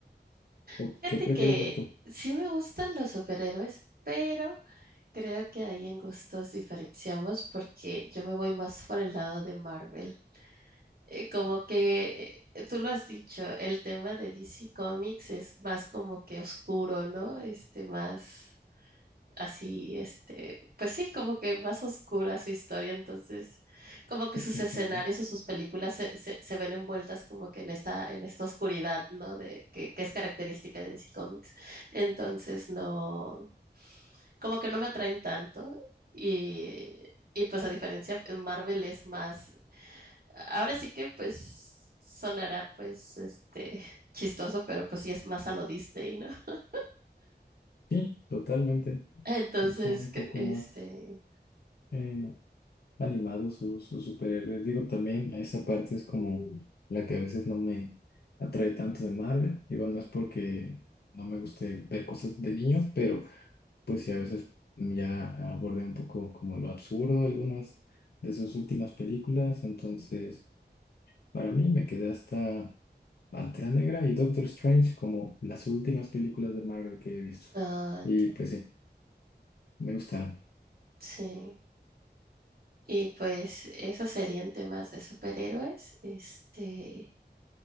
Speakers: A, on the left; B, on the right.
A: ¿o
B: Fíjate
A: qué prefieres
B: que
A: ver tú?
B: sí me gustan los superhéroes, pero creo que ahí en gustos diferenciamos porque yo me voy más por el lado de Marvel. eh, como que eh, tú lo has dicho, el tema de DC Comics es más como que oscuro, ¿no? Este, más así, este, pues sí, como que más oscura su historia, entonces, como que
A: En
B: sus
A: general.
B: escenarios o sus películas se, se, se ven envueltas como que en esta, en esta oscuridad, ¿no? De, que, que es característica de DC Comics. Entonces, no, como que no me atraen tanto y... Y pues a diferencia, Marvel es más ahora sí que pues sonará pues este <laughs> chistoso, pero pues sí es más a lo Disney, ¿no? <laughs>
A: Sí, totalmente.
B: Entonces,
A: Son un
B: que-
A: poco
B: este,
A: más eh, animados sus, sus superhéroes. Digo, también esa parte es como la que a veces no me atrae tanto de Marvel. Digo, no es porque no me guste ver cosas de niños, pero pues sí, a veces ya abordé un poco como lo absurdo algunas de sus últimas películas. Entonces, para mí me quedé hasta Pantera Negra y Doctor Strange como las últimas películas de Marvel que he visto.
B: ah, entiendo,
A: Y pues sí, me gustaron.
B: sí. Y pues esos serían temas de superhéroes, este,